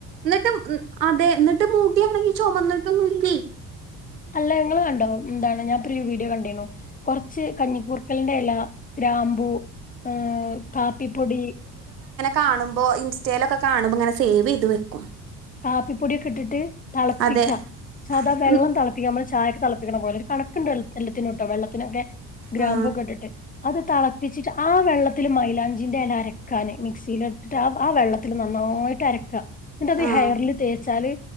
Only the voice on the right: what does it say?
ന്നിട്ട് അതെ എന്നിട്ട് മുടിയാണെങ്കി ചുമന്നിട്ടൊന്നുംല്ലെ
കാണുമ്പോൾ ഇൻസ്റ്റയിലൊക്കെ കാണുമ്പോൾ ഇങ്ങനെ സേവ് ചെയ്ത് വെക്കും
അതെ
ഉം
ആ
ആ